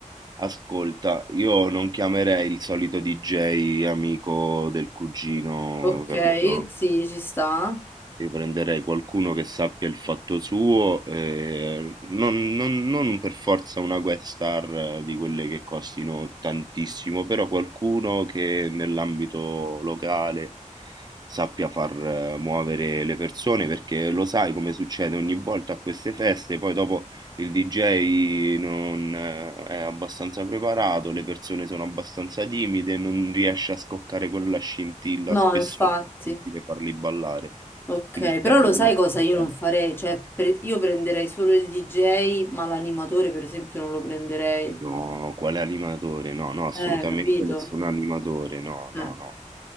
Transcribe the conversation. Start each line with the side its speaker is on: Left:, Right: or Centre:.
Right: Ascolta, io non chiamerei il solito DJ amico del cugino,
Left: Ok,
Right: capito?
Left: sì, ci sta.
Right: Io prenderei qualcuno che sappia il fatto suo, eh, non, non- non per forza una guest star eh, di quelle che costino tantissimo, però qualcuno che nell'ambito locale sappia far eh, muovere le persone, perché lo sai come succede ogni volta a queste feste, poi dopo il DJ non eh, è abbastanza preparato, le persone sono abbastanza timide, non riesce a scoccare quella scintilla,
Left: No,
Right: spesso
Left: infatti.
Right: è difficile farli ballare.
Left: Ok,
Right: Quindi ci
Left: però
Right: serve
Left: lo
Right: uno
Left: sai cosa
Right: che
Left: io
Right: pensi,
Left: non farei? Cioè, pre- io prenderei solo il DJ, ma l'animatore, per esempio, non lo prenderei.
Right: no, quale animatore? No, no, assolutamente
Left: Eh, capito?
Right: nessun animatore, no,
Left: Eh,
Right: no, no.